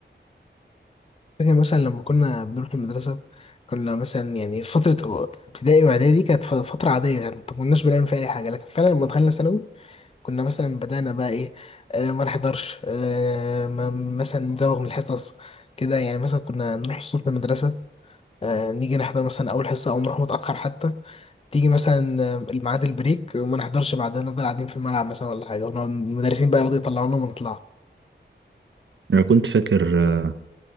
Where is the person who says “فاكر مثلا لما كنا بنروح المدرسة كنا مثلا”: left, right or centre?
Left